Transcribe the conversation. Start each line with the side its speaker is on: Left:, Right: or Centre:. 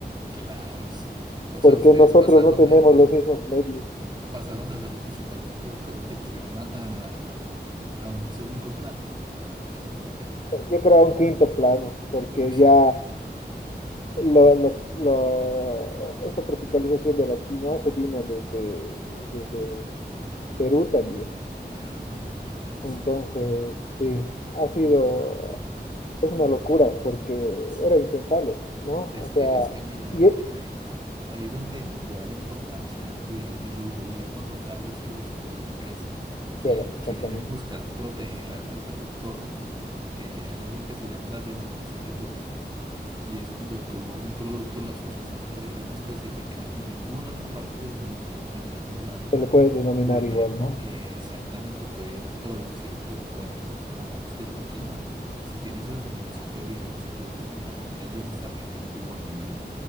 Right: Claro, sí. O
Left: porque
Right: sea, ustedes
Left: nosotros
Right: pasaron
Left: no tenemos
Right: de, des-
Left: los mismos medios.
Right: pasaron de ser los principales productores de quinoa a, a a un segundo plano, según entiendo.
Left: Yo creo a un quinto plano, porque
Right: <laughs> Uy,
Left: ya
Right: imagínate.
Left: lo- la-
Right: Sí.
Left: la- esta tropicalización de la quinoa se vino desde, desde Perú también.
Right: Ah, claro,
Left: Entonces,
Right: sí,
Left: sí, ha sido, es una locura porque
Right: sí.
Left: era impensable, ¿no? O
Right: Es que,
Left: sea,
Right: es que mira,
Left: y
Right: ahí,
Left: e-
Right: ahí- ahí es donde, donde va la importancia de, de los gobiernos locales y de las políticas que,
Left: era, exactamente,
Right: que deben buscar proteger al, al productor, ¿no? Eh, hay algo que se llama las denominaciones de origen y es cuando tú un producto lo asocias a una región específica y ninguna otra parte del mundo, en ningún lado,
Left: se le puede denominar
Right: pueden,
Left: igual, ¿no?
Right: eh, exactamente, pueden producirlo. Por ejemplo, supongamos que es la quinoa. Si tiene su denominación de origen, se produce únicamente allí en esa región de Bolivia